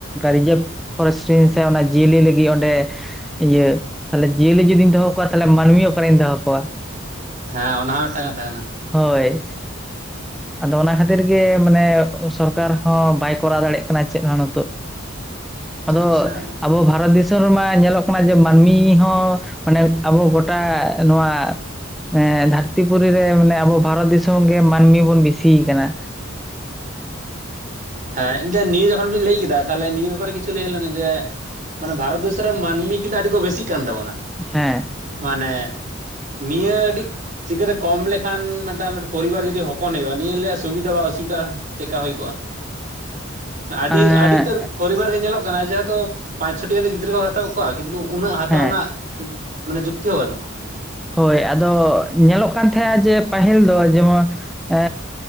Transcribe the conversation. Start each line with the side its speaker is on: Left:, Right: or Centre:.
Centre: ᱨᱤᱡᱟ. ᱨᱵᱷ ᱯᱷᱚᱨᱮᱥᱴ ᱥᱮ ᱚᱱᱟ ᱡᱤᱭᱟᱹᱞᱤ ᱞᱟᱹᱜᱤᱫ ᱚᱸᱰᱮ ᱤᱭᱟᱹ ᱛᱟᱦᱞᱮ ᱡᱤᱭᱟᱹᱞᱤ ᱡᱩᱫᱤᱧ ᱫᱚᱦᱚ ᱠᱚᱣᱟ ᱛᱟᱦᱚᱞᱮ ᱢᱟᱹᱱᱢᱤ ᱚᱠᱟᱨᱮᱧ ᱫᱚᱦᱚ ᱠᱚᱣᱟ
Right: ᱦᱮᱸ ᱚᱱᱟ ᱦᱚᱸ ᱢᱤᱫᱴᱟᱝ ᱠᱟᱛᱷᱟ ᱠᱟᱱᱟ
Centre: ᱦᱳᱭ ᱟᱫᱚ ᱚᱱᱟ ᱠᱷᱟᱹᱛᱤᱨ ᱜᱮ ᱢᱟᱱᱮ ᱥᱚᱨᱠᱟᱨ ᱦᱚᱸ ᱵᱟᱭ ᱠᱚᱨᱟᱣ ᱫᱟᱲᱮᱜ ᱠᱟᱱᱟᱭ ᱪᱮᱫ ᱦᱚᱸ ᱱᱩᱛᱩᱜ ᱟᱫᱚ
Right: ᱟᱪᱪᱷᱟ
Centre: ᱟᱵᱚ ᱵᱷᱟᱨᱚᱛ ᱫᱤᱥ..... ᱪᱷᱚᱨ ᱨᱮᱢᱟᱭ ᱧᱮᱞᱚᱜ ᱠᱟᱱᱟ ᱡᱮ ᱢᱟᱹᱱᱢᱤ ᱦᱚᱸ ᱢᱟᱱᱮ ᱟᱵᱚ ᱜᱚᱴᱟ ᱱᱚᱣᱟ ᱦᱮᱸ ᱫᱷᱟᱹᱨᱛᱤ ᱯᱩᱨᱤ ᱨᱮ ᱢᱟᱱᱮ ᱟᱵᱚ ᱵᱷᱟᱨᱚᱛ ᱫᱤᱥᱚᱢ ᱜᱮ ᱢᱟᱹᱱᱢᱤ ᱵᱚᱱ ᱵᱤᱥᱤ ᱟᱠᱟᱱᱟ
Right: ᱦᱮᱸ ᱤᱱᱟ. ᱱᱤᱭᱩ ᱡᱚᱠᱷᱚᱱ ᱵᱤᱱ ᱞᱟᱹᱭ ᱠᱮᱫᱟ ᱛᱟᱦᱚᱞᱮ ᱱᱤᱭᱩ ᱵᱮᱯᱟᱨ ᱜᱤ <unintelligible> ᱡᱮ ᱢᱟᱱᱮ ᱵᱷᱟᱨᱚᱛ ᱫᱮᱥ ᱨᱮ ᱢᱟᱹᱱᱢᱤ ᱠᱤ ᱫᱟ ᱟᱹᱰᱤ ᱠᱚ ᱵᱮᱥᱤᱜ ᱠᱟᱱ ᱛᱟᱵᱚᱱᱟ
Centre: ᱦᱮᱸ....
Right: ᱢᱟᱱᱮ ᱱᱤᱭᱟᱹ ᱟᱹᱰᱤ ᱪᱤᱠᱟᱹᱛᱮ ᱠᱚᱢ ᱞᱮᱠᱷᱟᱱ ᱢᱤᱫᱴᱟᱝ ᱯᱚᱨᱤᱵᱟᱨ ᱡᱩᱫᱤ ᱦᱚᱯᱚᱱ ᱦᱩᱭᱩᱜᱼᱟ᱾ ᱱᱤᱭᱟᱹ ᱨᱮᱭᱟᱜ ᱥᱩᱵᱤᱫᱟ ᱵᱟ ᱚᱥᱩᱵᱤᱫᱟ ᱪᱤᱠᱟ ᱦᱩᱭ ᱠᱚᱜ-ᱟ᱾ ᱟᱹᱰᱤ
Centre: ᱮᱸ
Right: ᱟᱹᱰᱤ ᱩᱛᱟᱹᱨ ᱯᱚᱨᱤᱵᱟᱨ ᱜᱮ ᱧᱮᱞᱚᱜ ᱠᱟᱱᱟ ᱡᱮᱦᱮᱛᱩ ᱯᱟᱸᱪ ᱪᱷᱚ ᱴᱤᱜ ᱠᱟᱛᱮ ᱜᱤᱫᱽᱨᱟᱹ ᱠᱚ ᱣᱟᱛ.... ᱦᱟᱛᱟᱣᱮᱫ ᱠᱚᱣᱟ ᱠᱤᱱᱛᱩ ᱩᱱᱟᱹᱜ ᱦᱟᱛᱟᱣ
Centre: ᱦᱮᱸ
Right: ᱨᱮᱱᱟᱜ ᱢᱟᱱᱮ ᱡᱩᱠᱛᱤ ᱦᱚᱸ ᱵᱟᱹᱱᱩᱜ-ᱟ᱾
Centre: ᱦᱳᱭ ᱟᱫᱚ ᱧᱮᱞᱚᱜ ᱠᱟᱱ ᱛᱟᱦᱮᱸᱱᱟ ᱡᱮ ᱯᱟᱹᱦᱤᱞ ᱫᱚ ᱡᱮᱢᱚᱱ ᱮᱻ